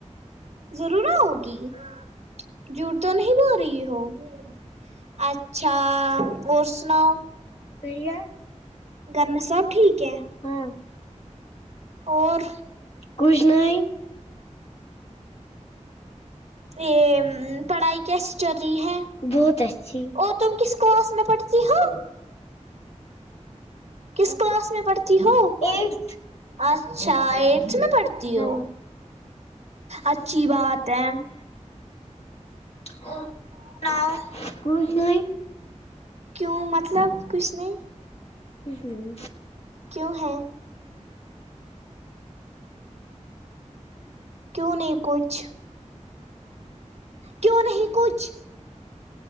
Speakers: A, on the right; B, on the left.
A: ضرور آؤگی ہاں جوٹ تو نہیں بول رہی ہو امم اچھا اور سناؤ
B: بڑھیا
A: گرمیں سب ٹھیک ہے
B: ہاں
A: اور
B: کچھ نہیں
A: یہ پڑھائی کیسی چل رہی ہے
B: بہت اچھی
A: اور تم کس کلاس میں پڑھتی ہو کس کلاس میں پڑھتی ہو
B: ایٹھ
A: اچھا ایڑتھ میں پڑھتی
B: ہاں
A: ہو اچھی بات ہے
B: اور بتاو کچھ نہیں
A: کیوں مطلب کچھ نہیں
B: امم
A: کیا ہیں کیوں نہیں کچھ کیوں نہیں کچھ